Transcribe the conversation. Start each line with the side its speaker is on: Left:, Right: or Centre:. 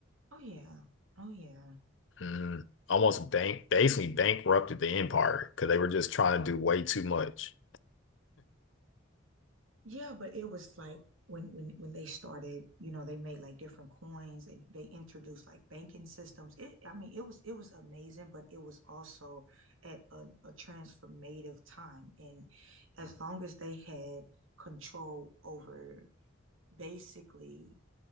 Right: Oh yeah. Oh yeah.
Left: Mhm. Almost bank basically bankrupted the empire because they were just trying to do way too much.
Right: Yeah, but it was like when when when they started, you know, they made like different coins and they introduced like banking systems. It, I mean, it was it was amazing, but it was also at a, a transformative time. And as long as they had control over basically